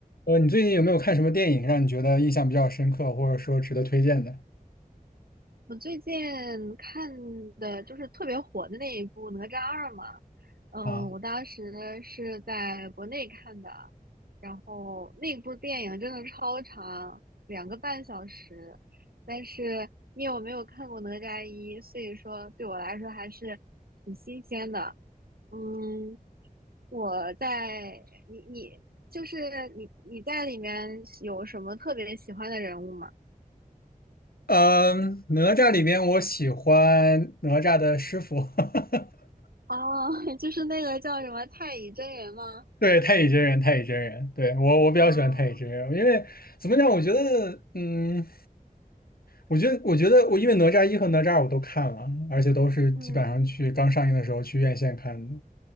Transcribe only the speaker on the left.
呃，你最近有没有看什么电影让你觉得印象比较深刻，或者说值得推荐的
啊？
嗯，哪吒里面，我喜欢哪吒的师傅，<laughs>
对，太乙真人，太乙真人，对，我我比较喜欢太乙真人，
因为怎么讲，我觉得，嗯。我觉得，我觉得我因为哪吒一和哪吒二我都看了，而且都是基本上去刚上映的时候去院线看的。